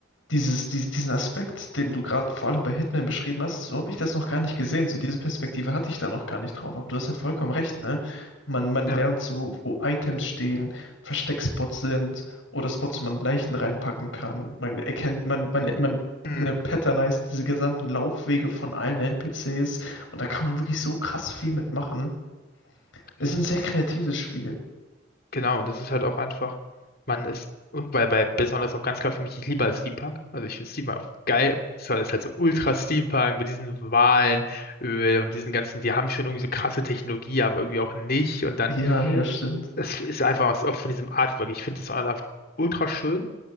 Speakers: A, on the left; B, on the left.
A: Dieses, dies- diesen Aspekt, den du gerade vor allem bei Hitman beschrieben hast, so habe ich das noch gar nicht gesehen. So diese Perspektive hatte ich da noch gar nicht drauf. Aber du hast ja vollkommen recht, ne? Man, man
B: Ja.
A: lernt so, wo Items stehen, Versteckspots sind oder Spots, wo man Leichen reinpacken kann. Man erkennt, man, man, man
B: Mhm.
A: ne, patternized diese gesamten Laufwege von allen NPCs und da kann man wirklich so krass viel mitmachen. Ist
B: Richtig,
A: ein sehr kreatives Spiel.
B: genau. Und das ist halt auch einfach, man ist, und bei, bei besonders auch ganz klar für mich, ich liebe halt Steampunk. Also ich finde Steampunk geil. Das war das halt so Ultra-Steampunk mit diesen Walenöl und diesen ganzen, die haben schon irgendwie so krasse Technologie, aber irgendwie auch nicht. Und dann,
A: Ja, ja, stimmt.
B: es ist einfach was auch von diesem Artwork. Ich finde das halt einfach ultra schön.